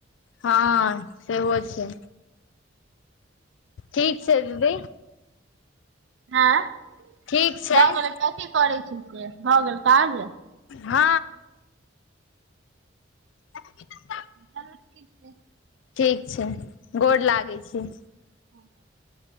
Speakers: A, on the left (about 70°); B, on the right (about 65°).
A: ह सेहो छै ठीक छै दीदी।
B: आँं
A: ठीक छै
B: भऽ गेलै कथी करे छी से भऽ गेल काज
A: हँ। <unintelligible>
B: चलू ठीक छै।
A: ठीक छै गोर लागै छि।
B: <inaudible>